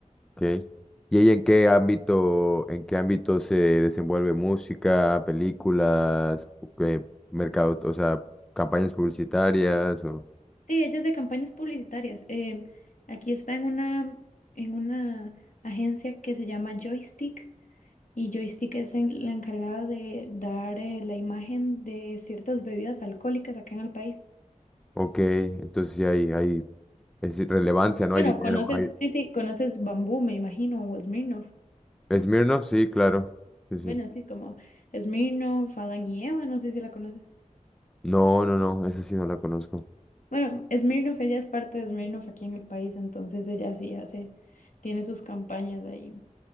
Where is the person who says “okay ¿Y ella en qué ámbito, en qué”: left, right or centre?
Centre